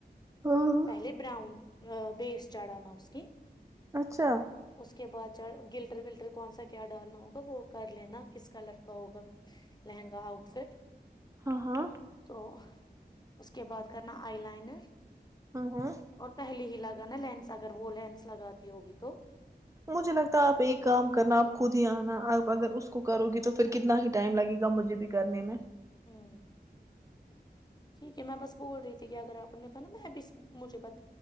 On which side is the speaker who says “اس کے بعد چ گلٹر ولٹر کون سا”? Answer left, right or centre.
Left